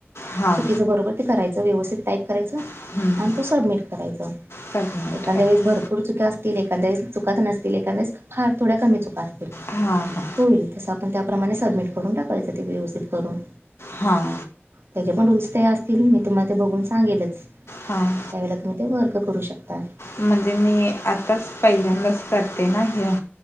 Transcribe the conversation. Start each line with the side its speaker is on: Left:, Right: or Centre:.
Left: हां
Right: चुकीचं बरोबर ते करायचं व्यवस्थित टाईप करायचं
Left: हं, हं.
Right: आणि ते सबमिट करायंचा
Left: सबमिट
Right: एखांद्या
Left: कर
Right: वेळेस भरंपूर पुूडं चुक्यां असतील एखादं चुकीचं नसतील एखादं फांर थोड्यां कमी चुकां असतील
Left: हां हां
Right: होईल तसं आपणं त्याप्रमाणें सबमिट करूंन टाकायचं ते व्यवस्थित करूंन
Left: हां
Right: त्यांच्या पणं दूसरे ते असतील मी तुम्हांला ते बघूंन सांगेलच
Left: हां
Right: त्यांवेळे तुम्हीं ते वर्क करूं शकता
Left: म्हणंजे मी आंताच पहिल्यांदाच करते नां ह्यां